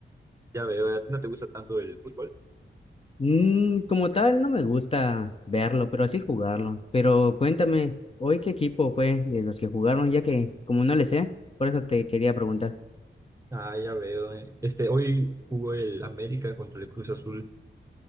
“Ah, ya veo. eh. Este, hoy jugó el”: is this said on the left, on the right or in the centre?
Right